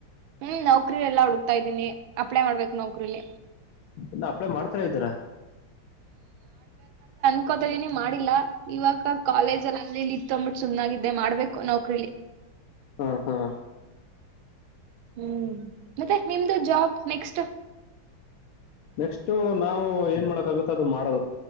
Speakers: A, on the right (about 80°); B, on the left (about 80°).
A: ಹ್ಮ್ ನೌಕ್ರ ಎಲ್ಲಾ ಹುಡುಕ್ತಾ ಇದ್ದೀನಿ ಅಪ್ಲೈ ಮಾಡ್ಬೇಕು ನೌಕ್ರಲಿ
B: ಇ ಹಪ್ಳೆ ಮಾಡ್ತಾರ ಇದ್ದಾರ
A: ಕಕೋತ ಇದೀನಿ ಮಾಡಿಲ್ಲಾ ಇವಾಗ ಕಾಲೇಜಲ್ಲಿ ತಂಬಿಟ್ಟ ಸು್ಾಗಿದ್ದೆ ಮಾಡ್ಬೇಕು ನೌಕ್ರರಿ
B: ಹ್ಮ ಹಾ
A: ಹ್ಮ್ ಮತ್ತೆ ನಿಮ್ದು ಜಾಬ್ ನೆಕ್ಸ್ಟ್
B: ನೆಕ್ಸ್ಟ್ ನಾವು ಏನ್ ಮಾಡಕ್ ಆಗುತ್ತ ಅದು ಮಾಡೋದು